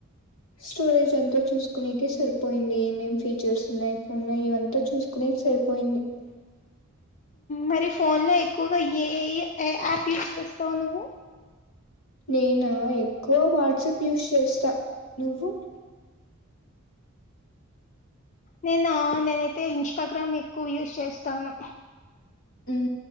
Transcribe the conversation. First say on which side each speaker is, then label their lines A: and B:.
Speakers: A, on the left; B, on the left.
A: స్టోరేజ్ అంతా చూసుకునేక సరిపోయింది ఏమేం ఫీచర్స్ ఉన్నాయి ఫోన్ లో ఇవంతా చూసుకునే సరిపోయింది
B: మరి ఫోన్ లో ఎక్కువగా ఏ ఏ యాప్ యూజ్ చేస్తావు నువ్వు
A: నేను ఎక్కువ వాట్సాప్ యూస్ చేస్తా నువ్వు
B: నేను నేనైతే ఇంస్టాగ్రామ్ ఎక్కువ యూస్ చేస్తాను
A: ఊ